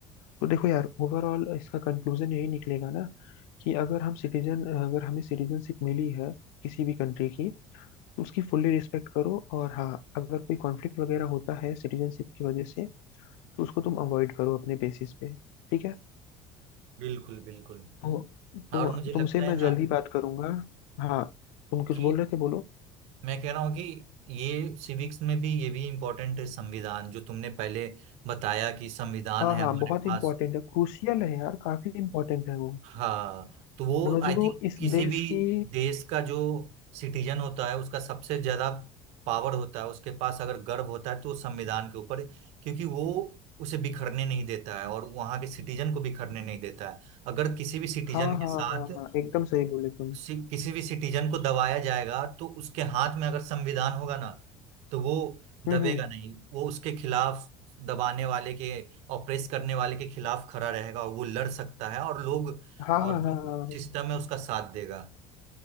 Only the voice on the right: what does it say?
बिल्कुल बिल्कुल
और मुझे लगता
है ना
कि
मैं कह रहा हूँ कि ये सिविक्स में भी ये भी इम्पोर्टेंट है संविधान जो तुमने पहले बताया कि संविधान
है
हमारे
पास
हाँ तो वो
आई
थिंक
किसी
भी
देश का जो सिटीजन होता है उसका सबसे ज्यादा पावर होता है उसके पास अगर गर्व होता है तो उस संविधान के ऊपर क्योंकि वो उसे बिखरने नहीं देता है और वहां के सिटीजन को बिखरने नहीं देता है अगर किसी भी सिटीजन
के
साथ
सि- किसी भी सिटीजन को दबाया जाएगा तो उसके हाथ में अगर संविधान होगा ना तो वो
दबेगा
नहीं वो उसके खिलाफ दबाने वाले के ऑप्रेस करने वाले के खिलाफ खड़ा रहेगा और वो लड़ सकता है और लोग
और
सिस्टम है उसका साथ देगा